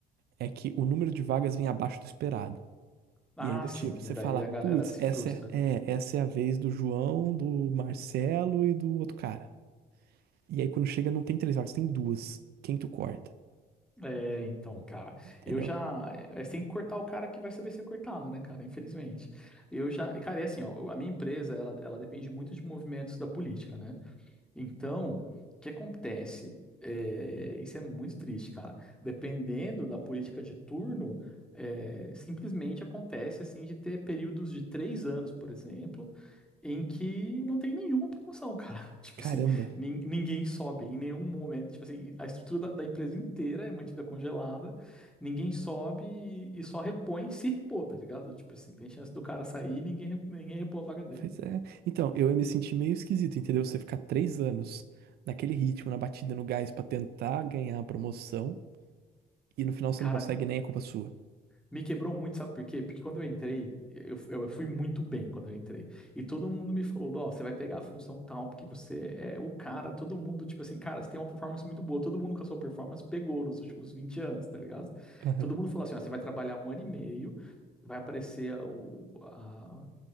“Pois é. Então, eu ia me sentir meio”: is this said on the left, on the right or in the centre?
Right